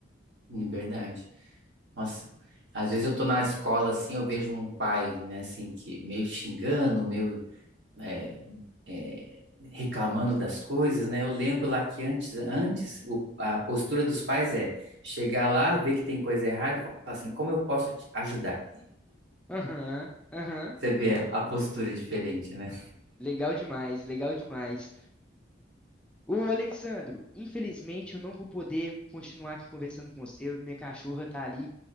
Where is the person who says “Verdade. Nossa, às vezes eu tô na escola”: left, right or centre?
Right